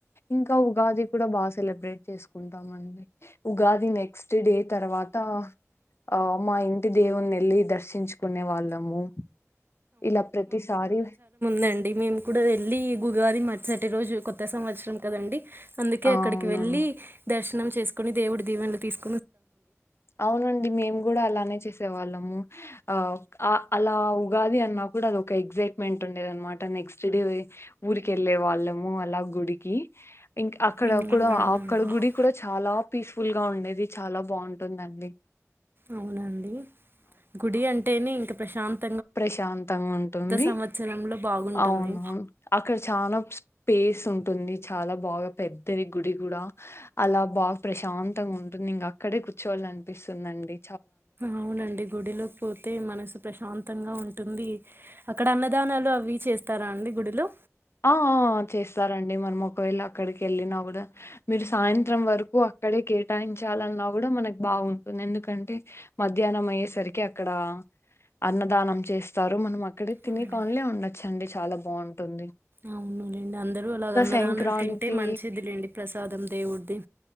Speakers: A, on the left; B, on the right.
A: ఇంకా ఉగాది కూడా బాగా సెలబ్రేట్ చేసుకుంటాండి ఉగాది నెక్స్ట్ డే తర్వాత ఆ మా ఇంటి దేవుని వెళ్ళి దర్శించుకునే వాళ్ళము ఇలా ప్రతిసారి
B: దండి మేము కూడా వెళ్ళి గుగాది మట్సటి రోజు కొత్త సంవత్సరం కదండి అందుకే
A: ఆ
B: అక్కడికి
A: అవును.
B: వెళ్లి దర్శ చేసుకుని దేవుడు దీవన తీసుక
A: అవునండి మేమ్ కూడా అలానే చేసే వాళ్ళము ఆ అలా ఉగాది అన్నా కూడా అది ఒక ఎగ్సైట్మెంట్ ఉండేది అనమాట నెక్స్ట్ డే ఉరికెళ్ళే వాళ్ళమ అలా గుడికి ఇం అక్కడ
B: ఉమ్,
A: కూడా
B: అవునండి
A: అక్కడ గుడి కూడా చాలా పీస్ఫుల్ గా ఉండేది చాలా బాగుంటుందండి
B: అవునండి గుడి అంటేని ఇంక్ ప్రశాంత్
A: ప్రశాంతంగా ఉంటుంది
B: సంవత్సరంలో బాగుంటుంది
A: అవునువును అక్కడ చాలా స్పేస్ ఉంటుంది చాలా బాగా పెద్దది గుడి కూడా అలా బాగా ప్రశాంతంగా ఉంటుంది ఇంక అక్కడే కూర్చోళ అనిపిస్తుందండి
B: అవునండి గుడిలోకి పోతే మనసు ప్రశాంతంగా ఉంటుంది ది అక్కడ అన్నదానాలు అవి చేస్తారా అండి గుడిలో
A: ఆ ఆ చేస్తారంండి మనం ఒకవేళ అక్కడికి వెళ్ళినా కూడా మీరు సాయంత్రం వరకు అక్కడే కేటాయించాలన్నా కూడా మనకు బాగుంటుంది ఎందుకంటే మధ్యాహ్నం అయ్యేసరికి అక్కడ అన్నదానం చేస్తారు మనం అ అక్కడ తినే
B: అవును
A: కానులే ఉండొచ్చండి చాలా బాగుంటుంది
B: అవునులేండి అందరూ అలా అన్నదానలు
A: సంక్రాంతి
B: తింటే మంచిదిలేండి ప్రసాదం దేవుడిది